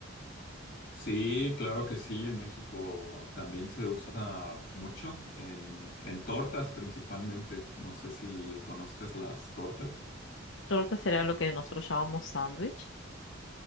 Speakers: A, on the left; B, on the left.
A: Sí, claro que sí, en México también se usa mucho, en, en tortas principalmente. No sé si conozcas las tortas.
B: Torta será lo que nosotros llamamos sándwich